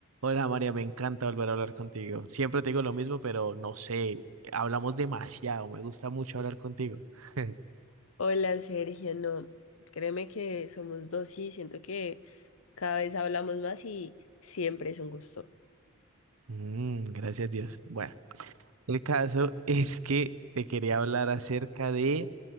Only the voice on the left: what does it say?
Hola Sergio, no, créeme que somos dos y siento que cada vez hablamos más y siempre es un gusto.